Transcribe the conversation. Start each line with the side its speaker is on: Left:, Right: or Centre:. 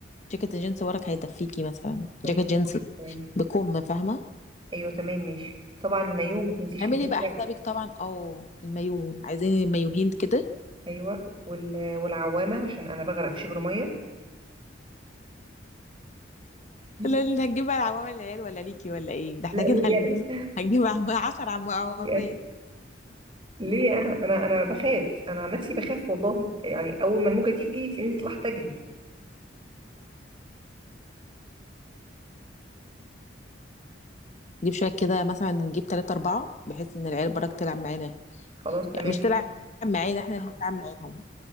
Left: جاكيت الجينز وراك هيدفيكي مثلا
Right: طيب
Left: جاكيت جينز
Right: خلاص، تمام
Left: بكم فاهمه
Right: ايوه تمام ماشي طبعا المايوه ما تنسيش
Left: اعملي
Right: العزة
Left: بقى حسابك طبعا او المايو عايزين مايوهين كده
Right: ايوه وال... والعوامة عشان انا بغرق في شبر ميه <laughs>
Left: لا اللي هتجيب بقى عوامل العيال ولا ليكي ولا ايه ده احنا
Right: لا
Left: كده
Right: ليه
Left: هنجيب
Right: يعني
Left: هنجيب عم- عشر عم- عوامل
Right: <laughs> ليه انا انا انا بخاف انا عن نفسي بخاف والله يعني اول ما الموجه تيجي تلاقيني طلعت اجري
Left: نجيب شويه كده مثلا نجيب تلاتة أربعة بحيث ان العيال برك تلعب معانا
Right: خلاص تمام
Left: يعني مش تلعب معانا احنا اللي هنلعب معاهم